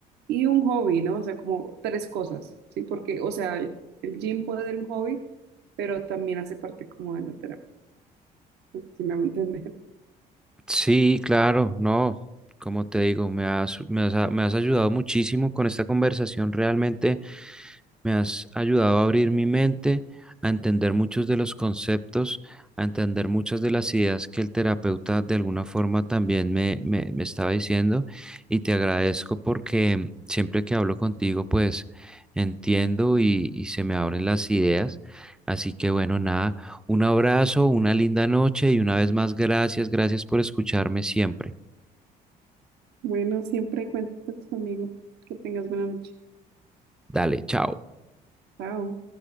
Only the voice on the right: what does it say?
Y un hobby, ¿no? O sea, como tres cosas, ¿sí? Porque, o sea, el, el gym puede ser un hobby, pero también hace parte como de la terapia. No sé si me hago <laughs> entender.
Bueno, siempre cuentas conmigo. Que tengas buena noche.
Chao.